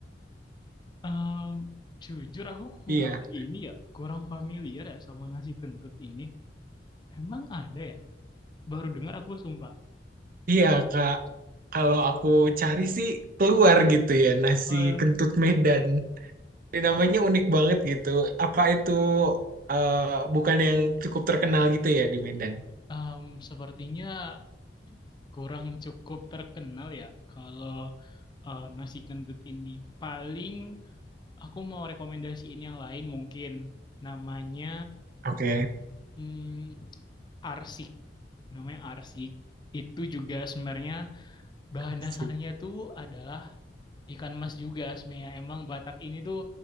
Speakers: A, on the left; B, on the right.
A: Ehm, jujur aku kurang
B: Iya,
A: ini ya, kurang familiar ya sama nasi kentut ini. Emang ada ya? Baru dengar aku sumpah.
B: iya Kak. Kalau aku cari sih keluar gitu ya nasi
A: Oh ya.
B: kentut Medan. Ini namanya unik banget gitu. Apa itu eh, bukan yang cukup terkenal gitu ya di Medan?
A: Ehm, sepertinya kurang cukup terkenal ya kalau eh, nasi kentut ini. Paling aku mau rekomendasiin yang lain mungkin. Namanya
B: Oke.
A: hmm, arsik. Namanya arsik. Itu juga sebenarnya bahan
B: Asik.
A: dasarnya itu adalah ikan mas juga sebenarnya. Emang Batak ini tuh